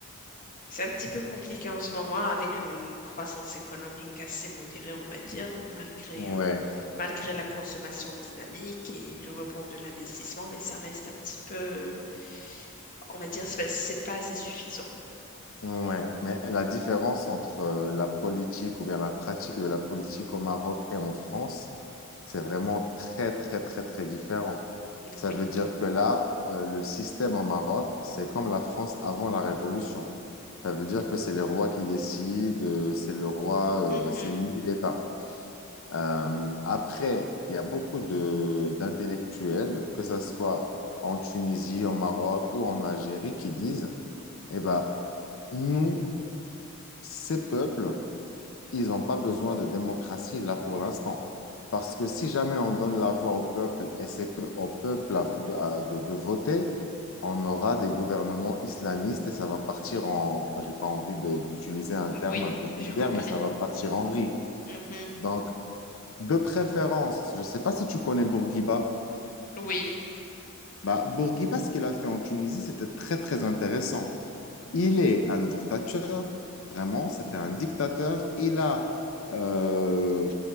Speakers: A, on the left; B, on the left.
A: c'est un petit peu compliqué en ce moment avec une croissance économique assez modérée, on va dire, malgré,
B: Ouais.
A: euh, malgré la consommation dynamique et le rebond de l'investissement, mais ça reste un petit peu, on va dire, c'est c'est pas assez suffisant.
B: Ouais, mais la différence entre euh, la politique ou bien la pratique de la politique au Maroc et en France, c'est vraiment très, très, très, très différent. Ça
A: Oui.
B: veut dire que là, euh, le système au Maroc, c'est comme la France avant la Révolution. Ça veut dire que c'est les rois qui décident, euh, c'est le roi, euh,
A: Mhm.
B: c'est lui l'État. Euh, après, il y a beaucoup de d'intellectuels, que ça soit en Tunisie, au Maroc ou en Algérie, qui disent, eh ben, nous, ces peuples, ils n'ont pas besoin de démocratie là pour l'instant. Parce que si jamais on donne la voix au peuple et c'est que au peuple à- de, à- de- de voter, on aura des gouvernements islamistes et ça va partir en, j'ai pas envie de- d'utiliser un
A: Oui,
B: terme un peu vulgaire,
A: j'ai compris.
B: mais ça va partir en vrille.
A: Mhm.
B: Donc, de préférence, je ne sais pas si tu connais Bourguiba.
A: Oui.
B: Bah, Bourguiba, ce qu'il a fait en Tunisie, c'était très, très intéressant. Il est un dictateur, vraiment, c'était un dictateur. Il a, euh,